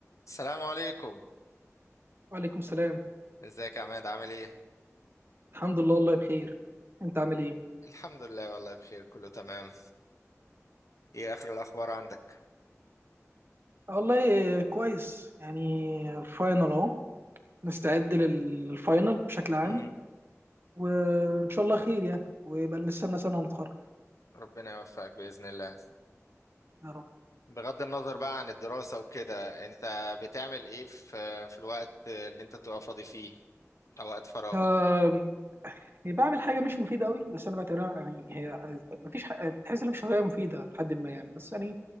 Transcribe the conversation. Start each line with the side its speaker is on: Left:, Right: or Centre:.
Left: السلام عليكم
Right: وعليكم السلام
Left: ازيك يا عماد عامل ايه
Right: الحمد لله والله بخير انت عامل ايه
Left: الحمد لله والله بخير كله تمام ايه اخر الاخبار عندك
Right: والله كويس يعني فاينل اهو مستعد لل- للفاينل بشكل عام
Left: امم
Right: وان شاء الله خير يعني ويبقى نستنى سنه ونتخرج
Left: ربنا يوفقك باذن الله
Right: يا رب
Left: بغض النظر بقى عن الدراسه وكده انت بتعمل ايه في في الوقت اللي انت بتبقى فاضي فيه او وقت فراغك
Right: آم، هي بعمل حاجه مش مفيده قوي بس انا بعتبرها يعني هي مفيش حاجة تحس ان مش هوايه مفيده لحد ما يعني بس يعني